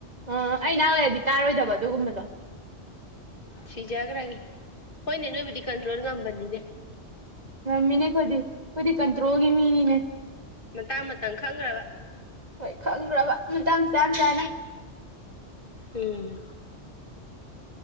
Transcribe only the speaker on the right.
ꯑ ꯑꯩ ꯅꯥꯛ ꯂꯩꯔꯗꯤ ꯇꯥꯔꯣꯏꯗꯧꯕ ꯑꯗꯨꯒꯨꯝꯕꯗꯣ꯫
ꯉꯝꯃꯤꯅꯦ ꯑꯩꯈꯣꯏꯗꯤ ꯑꯩꯈꯣꯏꯗꯤ ꯀꯟꯇ꯭ꯔꯣꯜꯒꯤ ꯃꯤꯅꯤꯅꯦ꯫
ꯍꯣꯏ ꯈꯪꯒ꯭ꯔꯕ ꯃꯇꯥꯡ ꯆꯥꯟ ꯆꯥꯅ꯫